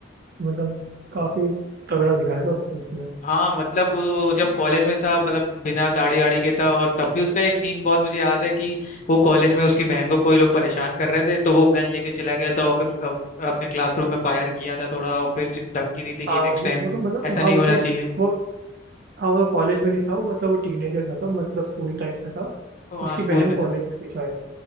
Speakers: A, on the right; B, on the left.
A: मतलब काफी तगड़ा दिखाया था उसको उसमें
B: हाँ मतलब वो वो जब कॉलेज में था मतलब बिना दाढ़ी आड़ी के था और तब भी उसका एक सीन बहुत मुझे याद है कि वो कॉलेज में उसकी बहन को कोई लोग परेशान कर रहे थे तो वो गन लेके चला गया था और फिर अ- अपने क्लासरूम में फायर किया था थोड़ा और फिर ज- धमकी दी थी कि
A: हाँ
B: नेक्स्ट
A: वो
B: टाइम
A: तो मतलब
B: ऐसा
A: हाँ
B: नहीं
A: वो
B: होना
A: तो
B: चाहिए
A: बहुत हाँ वो तो कॉलेज में नहीं था वो मतलब वो टीनेजर था तब मतलब स्कूल टाइप का था
B: तो वहाँ
A: उसकी
B: स्कूल
A: बहन
B: में
A: कॉलेज
B: था
A: में थी शायद